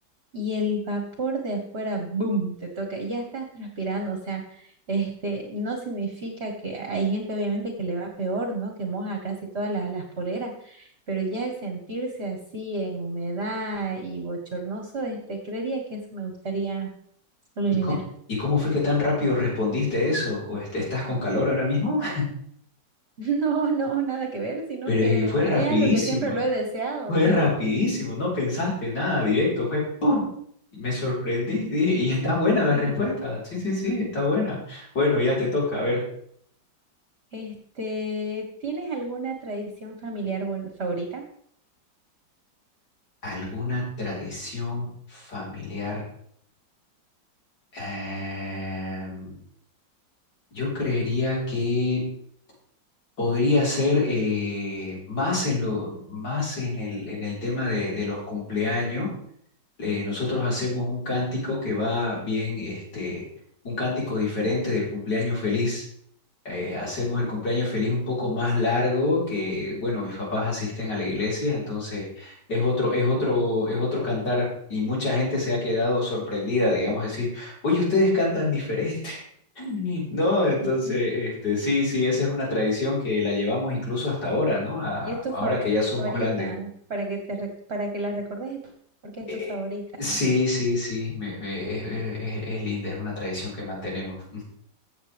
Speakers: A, on the right; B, on the left.
A: y el vapor de afuera, ¡boom!, te toca, ya estás transpirando, o sea, este, no significa que hay gente obviamente que le va peor, ¿no? Que moja casi todas las, las poleras, pero ya el sentirse así en humedad y bochornoso, este, creería que eso me gustaría eliminar.
B: ¿Y co-
A: <laughs>
B: y cómo fue que tan rápido respondiste eso? ¿O est- estás con calor ahora mismo? <laughs>
A: No, no, nada que ver, sino
B: Pero
A: que
B: y fue rapidísima.
A: es a lo que siempre lo he deseado.
B: Fue rapidísimo, no pensaste nada, directo, fue ¡pum! Y Me sorprendí, dije, y está buena la
A: <laughs>
B: respuesta. Sí, sí, sí, está buena. Bueno, ya te toca, a ver,
A: Este, ¿tienes alguna tradición familiar buen- favorita?
B: ¿alguna tradición familiar? Em, yo creería que podría ser eh, más en lo, más en el, en el tema de, de los cumpleaños. Eh, nosotros hacemos un cántico que va bien, este, un cántico diferente del cumpleaños feliz. eh, hacemos el cumpleaños feliz un poco más largo que, bueno, mis papás asisten a la iglesia, entonces es otro, es otro, es otro cantar y mucha gente se ha quedado sorprendida, digamos, decir, oye, ustedes cantan diferente. <laughs> No, entonces,
A: <laughs>
B: este, sí, sí, esa es una tradición que la llevamos incluso hasta ahora, ¿no? A-
A: Y es tu
B: ahora
A: fa-
B: que ya somos
A: favorita,
B: grandes.
A: para que te re- para que la recordes, porque es
B: Eh,
A: tu favorita.
B: sí, sí, sí, me- me- es, es- es- es linda, es una tradición que mantenemos.